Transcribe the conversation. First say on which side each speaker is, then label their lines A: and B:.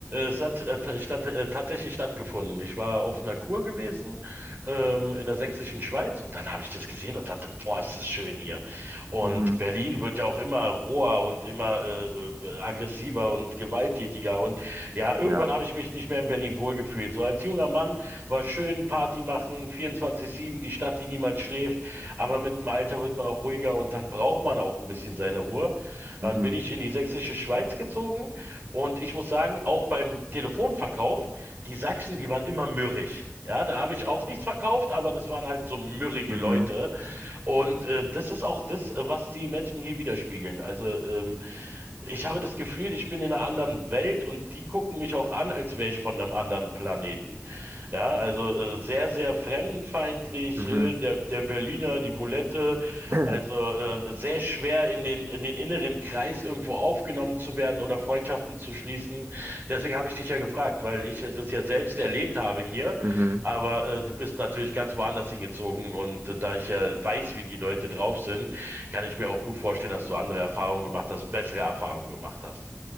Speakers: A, on the right (about 45°); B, on the right (about 60°).
A: es hat äh, ta- statt, äh, tatsächlich stattgefunden. Ich war auf einer Kur gewesen ähm, in der sächsischen Schweiz und dann habe ich das gesehen und dachte, boah, ist das schön hier. Und
B: Mhm.
A: Berlin wird ja auch immer roher und immer äh, äh, aggressiver und gewalttätiger. Und ja, irgendwann
B: Ja.
A: habe ich mich nicht mehr in Berlin wohlgefühlt. So als junger Mann war schön Party machen, 24-7, die Stadt, die niemals schläft. Aber mit dem Alter wird man auch ruhiger und dann braucht man auch ein bisschen seine Ruhe. Dann
B: Mhm.
A: bin ich in die sächsische Schweiz gezogen und ich muss sagen, auch beim Telefonverkauf, die Sachsen, die waren immer mürrisch. Ja, da habe ich auch nichts verkauft, aber das waren halt so mürrige
B: Mhm.
A: Leute. Und äh, das ist auch das, äh, was die Menschen hier widerspiegeln. Also ähm, ich habe das Gefühl, ich bin in einer anderen Welt und die gucken mich auch an, als wäre ich von einem anderen Planeten. Ja, also äh, sehr, sehr fremdenfeindlich,
B: Mhm.
A: äh, der, der Berliner, die Bulette,
B: <clears throat>
A: also äh, sehr schwer in den, in den inneren Kreis irgendwo aufgenommen zu werden oder Freundschaften zu schließen. Deswegen habe ich dich ja gefragt, weil ich äh, das ja selbst erlebt habe hier
B: Mhm.
A: aber äh, du bist natürlich ganz woanders hingezogen und äh, da ich ja weiß, wie die Leute drauf sind, kann ich mir auch gut vorstellen, dass du andere Erfahrungen gemacht hast, bessere Erfahrungen gemacht hast.